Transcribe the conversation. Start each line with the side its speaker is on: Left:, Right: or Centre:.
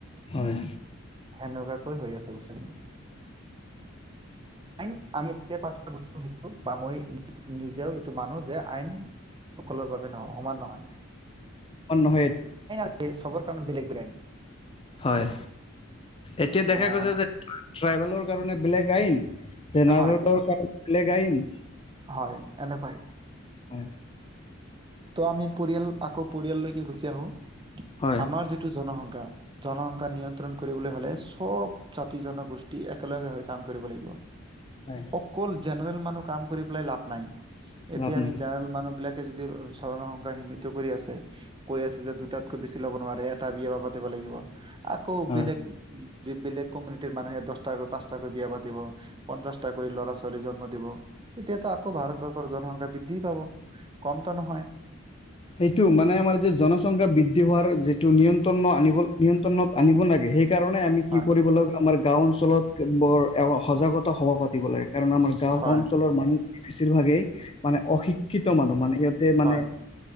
Left: হয়।
Right: সেনেকুৱাকৈ হৈ আছে বস্তুখিনি আই আমি বস বা মই নিজেও এইটো মানো যে আইন সকলৰ বাবে নহয় সমান নহয়।
Left: অ নহয়
Right: আইন আ সবৰ কাৰণে বেলেগ বেলেগ
Left: হয় এতিয়া দেখা
Right: আহ,
Left: গৈছে যে ট্ৰাইবেলৰ কাৰণে বেলেগ আইন জেনেৰেলৰ
Right: হয়
Left: কাৰণে বেলেগ আইন
Right: হয় এনেকুৱাই।
Left: হয়।
Right: ত' আমি পৰিয়াল আকৌ পৰিয়াললৈকে গুচি আহো
Left: হয়
Right: আমাৰ যিটো জনসংখ্যা। জনসংখ্যা নিয়ন্ত্ৰণ কৰিবলৈ হলে চব জাতি জনগোষ্ঠী একেলগে হৈ কাম কৰিব লাগিব।
Left: হয়
Right: অকল জেনেৰেল মানুহ কাম কৰি পেলাই লাভ নাই এতিয়া
Left: লাভ নাই
Right: আমি জেনেৰেল মানুহ বিলাক যদি চৰৰ সংসাৰ সীমিত কৰি আছে কৈ আছে যে দুটাতকৈ বেছি ল'ব নোৱাৰে। এটা বিয়া ব পাতিব লাগিব আকৌ
Left: হয়
Right: বেলেগ। যি বেলেগ কমিউনিটিৰ মানুহে দস্তা পচটাকৈ বিয়া পাতি পঞ্চাশটাাকৈ ল'ৰা ছোৱালী জন্ম দিব। তেতিয়াতো আকৌ ভাৰতবৰ্ষৰ জনসংখ্যা বৃদ্ধি পাব কমটো নহয়।
Left: সেইটো মানে আমাৰ যে জনচংখ্যা বৃদ্ধি হোৱাৰ যিটো নিয়ন্ত্ৰণ আনিব নিয়ন্ত্ৰণত আনিব লাগে। সেই সেইকাৰণে আমি
Right: হয়
Left: কি কৰিব লাগিব আমাৰ গাঁও অঞ্চলত বৰ সজাগতা সভা পাতিব লাগে। কাৰণ আমাৰ গাঁও
Right: হয়
Left: অঞ্চলৰ মানুহ বেছিভাগেই মানে অশিক্ষিত মানুহ মানে। সিহতে মানে।
Right: হয়